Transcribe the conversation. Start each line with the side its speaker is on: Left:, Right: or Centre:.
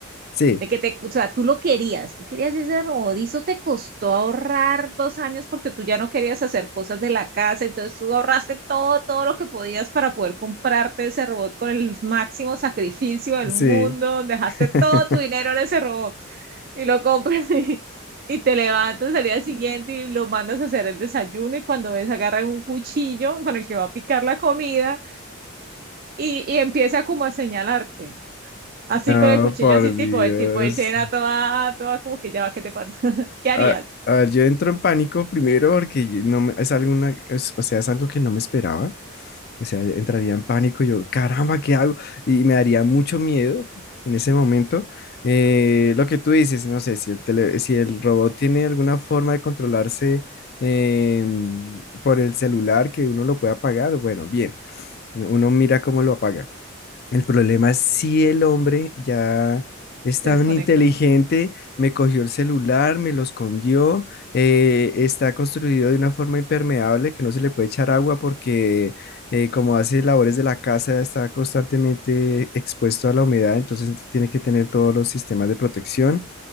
Left: Sí,
Right: De que te, o sea, tú lo querías, tú querías ese rodillo. te costó ahorrar dos años porque tú ya no querías hacer cosas de la casa, entonces tú ahorraste todo, todo lo que podías para poder comprarte ese robot con el máximo sacrificio del
Left: sí.
Right: mundo, dejaste
Left: <laughs>
Right: todo tu dinero en ese robot y lo compras <laughs> y, y te levantas al día siguiente y lo mandas a hacer el desayuno y cuando ves agarran un cuchillo con el que va a picar la comida y, y empieza como a señalarte. Así
Left: No,
Right: con el cuchillo,
Left: por
Right: así tipo
Left: Dios.
Right: de tipo de escena, toda, toda como que ya va, ¿qué te pasa? <laughs> ¿Qué harías?
Left: A, a ver, yo entro en pánico primero porque yo no me- es alguna, es- o sea, es algo que no me esperaba. O sea, entraría en pánico y yo, caramba, ¿qué hago? Y me daría mucho miedo en ese momento. Eh, lo que tú dices, no sé, si el tele- si el robot tiene alguna forma de controlarse em, por el celular que uno lo pueda apagar, bueno, bien, uno mira cómo lo apaga. El problema es si el hombre ya es
Right: Te
Left: tan
Right: desconectó.
Left: inteligente, me cogió el celular, me lo escondió, eh, está construido de una forma impermeable que no se le puede echar agua porque eh, como hace labores de la casa está constantemente expuesto a la humedad, entonces tiene que tener todos los sistemas de protección.